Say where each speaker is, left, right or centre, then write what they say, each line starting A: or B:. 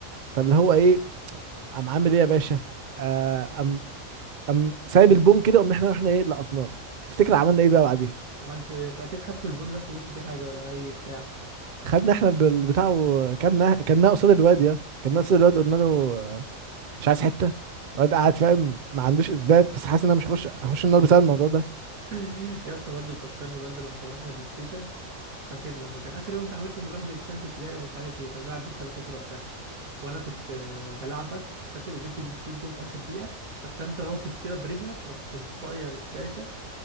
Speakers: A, on the right; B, on the right.
A: فاللي هو ايه قام عامل ايه يا باشا آه، قام قام سايب البون كده قمنا احنا رحنا ايه لقطناه تفتكر عملنا ايه بقى بعديها
B: عملتوا ايه يا اسطى اكيد خدتوا البون رحت جبتوا بيه حاجه ولا اي بتاع
A: خدنا احنا الب- البتاع وكلنا كلنا قصاد الواد يا كلنا قصاد الواد قلنا له آه، مش عايز حته الواد قاعد فاهم ما عندوش اثبات بس حاسس ان انا مش هخش هخش النار بسبب الموضوع ده
B: <laughs> يا اسطى برضه بيفكرني برضه لما كنا احنا بلاي ستيشن فاكر لما كان اخر يوم امتحانات كنا بنروح بلاي ستيشن في ابتدائي ومش عارف ايه كنا بنلعب بيس 13 وقتها وانا كنت آه، بلعبك فاكر وجبت فيك جون في اخر دقيقه رحت انت رافس كده برجلك رحت مطير الشاشه